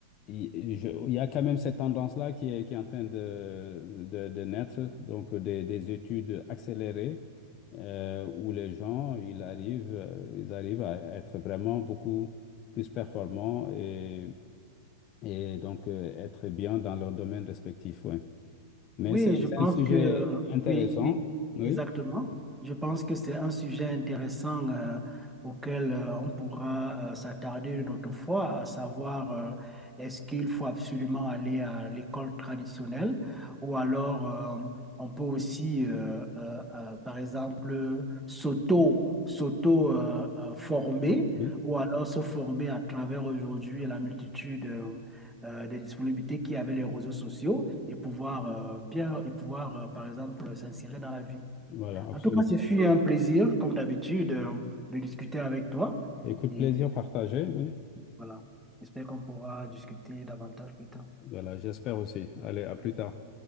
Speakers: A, on the left; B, in the centre.
A: il je- il y a quand même cette tendance-là qui est, qui est en train de, de, de naître, donc des, des études accélérées euh, où les gens, ils arrivent, euh, ils arrivent à être vraiment beaucoup plus performants et, et donc euh, être bien dans leur domaine respectif. ouais. Mais
B: Oui,
A: c'est
B: je
A: c'est
B: pense
A: un sujet
B: que, euh,
A: intéressant.
B: oui, oui,
A: Oui,
B: exactement. Je pense que c'est un sujet intéressant euh, auquel euh, on pourra euh, s'attarder une autre fois, à savoir euh, est-ce qu'il faut absolument aller à l'école traditionnelle ou alors euh, on peut aussi, euh, euh, euh, par exemple, s'auto, s'auto, euh, euh, former
A: oui,
B: ou alors se former à travers aujourd'hui la multitude euh, euh, des disponibilités qui avaient les réseaux sociaux et pouvoir euh, bien et pouvoir euh, par exemple s'insérer dans la vie.
A: voilà, absolument.
B: En tout cas, ce fut un plaisir, comme d'habitude, euh, de discuter avec toi.
A: Écoute,
B: Et
A: plaisir partagé. oui.
B: voilà, j'espère qu'on pourra discuter davantage plus tard.
A: Voilà, j'espère aussi. Allez, à plus tard.